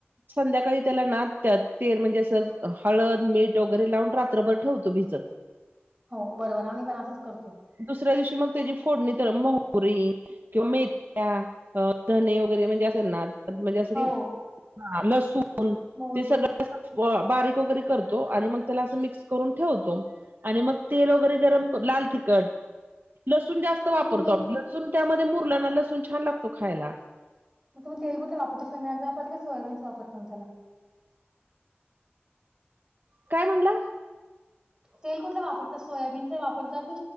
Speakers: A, on the right (about 55°); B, on the right (about 20°).
A: संध्याकाळी त्याला नादत्यात तेल म्हणजे असं हळद मीठ वगैरे लावून रात्रभर ठेवतो भिजत.
B: हो बरोबर आम्ही पण असंच करतो.
A: दुसऱ्या दिवशी मग त्याची फोडणी तर मोहरी. किंवा मेथ्या, धणे वगैरे म्हणजे असेल ना म्हणजे असं
B: हो
A: लसुन
B: मोहरी
A: ते सगळ बारीक वगैरे करतो आणि मग त्याला असं मिक्स करून ठेवतो. आणि मग तेल वगैरे गरम कर, लाल तिखट लसूण जास्त वापरतो
B: तुम्ही तेल
A: आपलं लसुन त्यामध्ये मुरला ना लसुन छान लागतो खायला
B: मग तुम्ही तेल कुठलं वापरता? शेंगदाण्याचं वापरता का सोयाबीनच वापरता मग त्याला?
A: काय म्हणला?
B: तेल कुठलं वापरता? सोयाबीनच वापरता कि